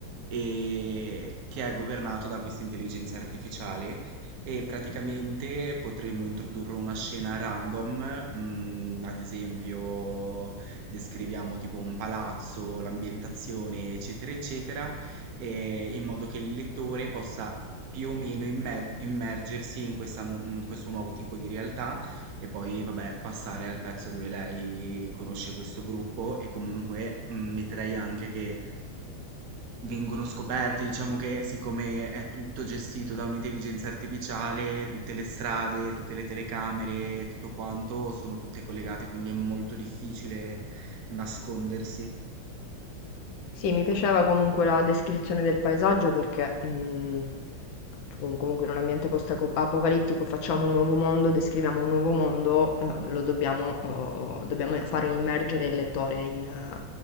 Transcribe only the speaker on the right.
e che è governato da questa intelligenza artificiale e praticamente potremmo introdurre una scena random, mm, ad esempio descriviamo tipo un palazzo, l'ambientazione, eccetera, eccetera ehm, in modo che il lettore possa più o meno immer immergersi in questa nu in questo nuovo tipo di realtà e poi, vabbè, passare al pezzo dove lei conosce questo gruppo e comunque, mhmm, metterei anche che vengono scoperti, diciamo che siccome è tutto gestito da un'intelligenza artificiale, tutte le strade, tutte le telecamere, tutto quanto sono tutte collegate, quindi è molto difficile nascondersi.